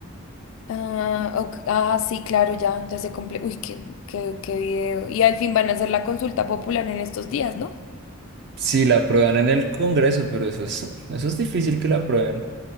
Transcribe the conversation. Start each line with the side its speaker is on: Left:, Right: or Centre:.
Left: Ah, ok, ah, sí, claro, ya, ya se cumple. Uy, qué, qué, qué video. Y al fin van a hacer la consulta popular en estos días, ¿no?
Right: Sí, la aprueban en el Congreso, pero eso es, eso es difícil que la aprueben.